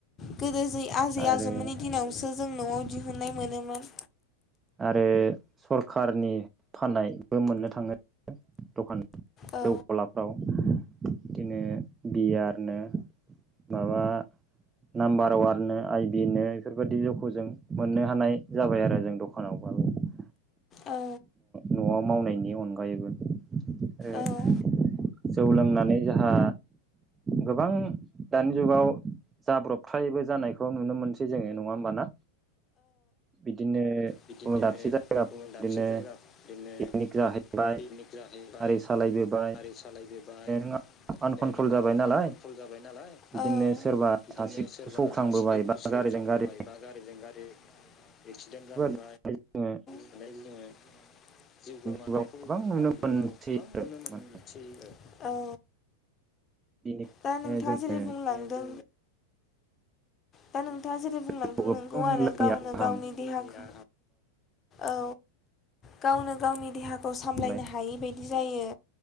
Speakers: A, on the left; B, on the right.
A: गोदो ज आजै
B: आरो
A: आजौमोननि दिनावसो। जों न'आव दिहुनाय मोनोमोन।
B: आरो। सरखारनि फाननायबो मोननो थाङो दखान
A: औ
B: जौ गलाफ्राव बिदिनो बि आरनो माबा नाम्बाराव आरनो आइबिनो बेफोरबायदि जौखौ जों मोननो हानाय जाबाय आरो जों दखान। औ।
A: औ
B: न'आव मावनायनि अनगायैबो आरो
A: औ
B: जौ लोंनानै जोंहा गोबां दानि जुगाव जाब्रबथायबो जानायखौ नुनो मोनसै जोङो नङा होमबाना बिदिनो।
A: बिदिनो।
B: गुबुन दाबसे जायगा
A: बुङो दाबसे
B: बिदिनो
A: जायगा बिदिनो
B: पिकनिक जाहैबाय
A: पिकनिक जाहैबाय
B: गारि सालायबोबाय
A: गारि सालायबोबाय
B: नों आनकन्ट्रल
A: नोंहा
B: जाबाय नालाय
A: फान कनट्रल जाबाय नालाय
B: बिदिनो
A: औ
B: सोरबा
A: बिदिनो
B: सासे
A: सोरबा
B: सौख्रांबोबाय
A: सासे
B: बा
A: सौख्रांबोबाय
B: गारिजों गारि
A: बा गारिजों गारि एक्सिडेन्ट जाबोबाय।
B: जोंबो।
A: जोङो जिउ गोमानायखौ
B: जुगाव गोबां नुनो
A: दानि
B: मोनसै
A: जुगाव गोबां
B: आरो
A: नुनो मोन
B: माने
A: औ
B: बेनिखायनो
A: दा नोंथाङा
B: जोङो
A: जेरै बुंलांदों। दा नोंथाङा जेरै
B: जौखौ
A: बुंलांदों
B: गोबां
A: नोंगौ आरो
B: लोङैया
A: गावनो
B: गाहाम
A: गावनि देहाखौ। औ गावनो गावनि देहाखौ। सामलायनो
B: लाय
A: हायै बायदि। बिदि जायो।